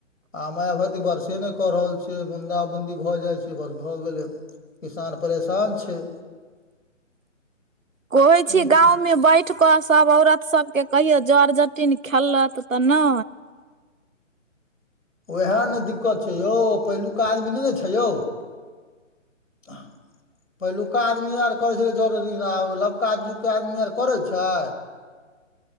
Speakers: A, on the left; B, on the right.
A: आ मैया भगबती बरसे नै कऽ रहल छै, बूंदा-बूंदी भऽ जाय छै, बस भऽ गेलै। किसान परेशान छै।
B: कहै
A: एहिमे
B: छी गाँव मे बै ठ कऽ सब औरत सबके कहियौ जर-जटिन खेलत तऽ नै।
A: उहाए ने दिक्कत छै यौ, पेहलुका आदमी नै ने छै यौ। आ। पेहलुका आदमी आर करै छलै जर-जटिन, आब लबका जुग के आदमी आर करै छै।